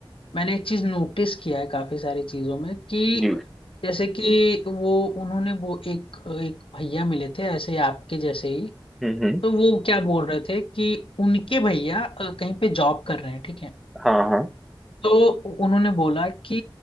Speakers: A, on the left (about 80°); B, in the centre.
A: मैंने एक चीज नोटिस किया है काफी सारी चीजों में कि
B: जी
A: जैसे कि वो उन्होंने वो एक एक भैया मिले थे ऐसे ही आपके जैसे ही
B: हम्म हम्म
A: तो वो क्या बोल रहे थे कि उनके भैया अ, कहीं पे जॉब कर रहे हैं ठीक है
B: हाँ हाँ
A: तो उन्होंने बोला कि